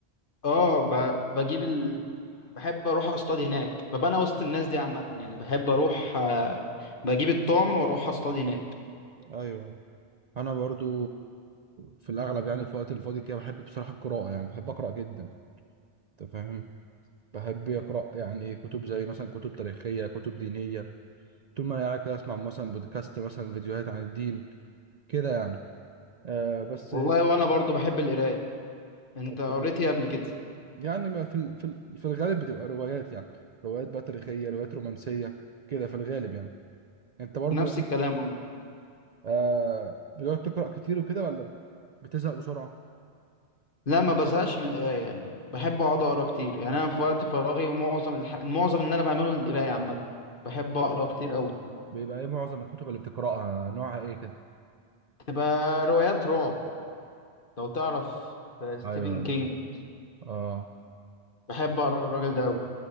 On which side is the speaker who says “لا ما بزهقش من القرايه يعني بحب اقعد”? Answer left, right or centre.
Left